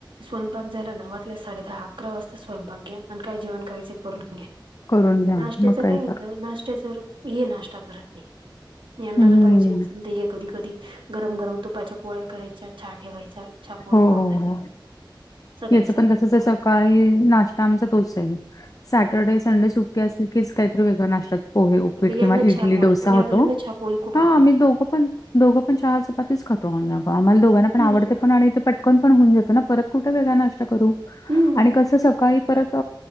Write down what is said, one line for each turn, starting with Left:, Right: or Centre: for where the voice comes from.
Right: स्वयंपाक झाला ना वाटल्यास साडे दहा अकरा वाजता स्वयंपाक घ्या आणि काय जेवण करायचे करून घ्या.
Left: करून घ्या
Right: नाष्ट्याचं
Left: मग
Right: काय होतं
Left: तर
Right: नाष्ट्यात जर हे नाष्टा करत नाही यांना
Left: हम्म
Right: ज पाहिजे असेल कधी कधी गरम गरम तुपाच्या पोळ्या करायच्या चहा ठेवायचा. चहापोळी
Left: हो
Right: खाऊन
Left: हो
Right: जाते
Left: हो
Right: सकाळी
Left: याचं
Right: सकाळी
Left: पण तसच आहे सकाळी नाष्टा आमचा तोच आहे सॅटर्डे संडे सुट्टी असली की काहीतरी वेगळा नाष्टा पोहे, उपीट
Right: यांना
Left: किंवा इडली,
Right: चहापोळी
Left: डोसा होतो
Right: या यांना चहापोळी खूप
Left: हा
Right: आवडते
Left: आम्ही दोघ पण दोघं पण चहा चपातीच खातो आम्हाला दोघांना पण आवड
Right: हम्म
Left: ते पण ते पटकन पण होऊन जात परत कुठे वेगळा नाष्टा करू
Right: हम्म
Left: आणि कस सकाळी परत